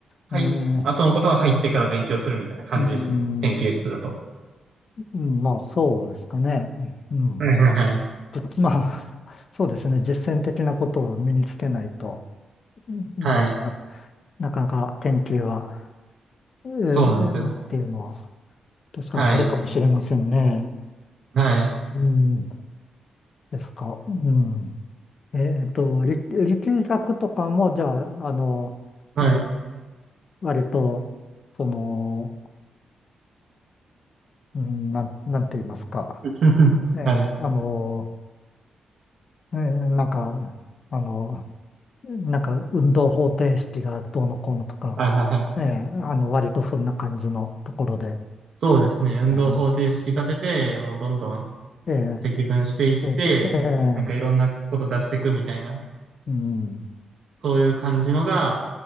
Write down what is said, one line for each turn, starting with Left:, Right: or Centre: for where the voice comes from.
Right: はい。
Left: ええ、
Right: 後のことは入ってから勉強するみたいな感じですね。
Left: うん、
Right: 研究室だと。
Left: うんまあそうですかね。うん、
Right: はいはいはい。
Left: でまあ、そうですね。実践的なことを身につけないと、うんな、
Right: はい。
Left: なかなか研究は、ええ
Right: そうなんですよ。
Left: っていうのは確かにあるかもしれませんね。
Right: はい、はい、
Left: うん、ですか。うん。えっと、力、力学とかも、じゃあ、あの、
Right: はい。
Left: 割、割と、その、うん、なん、なんて言いますか。
Right: <laughs>
Left: え、
Right: はい、
Left: あの、え、なんか、あの、なんか、運動方程式がどうのこうのとか、
Right: はいはいはい。
Left: え、あの、割とそんな感じのところで、
Right: そうですね。運動方程式立てて、
Left: え、
Right: もうどんどん
Left: え、
Right: 積分していって、
Left: で、でえー、
Right: なんかいろんなこと出していくみたいな、
Left: うん、
Right: そういう感じのが、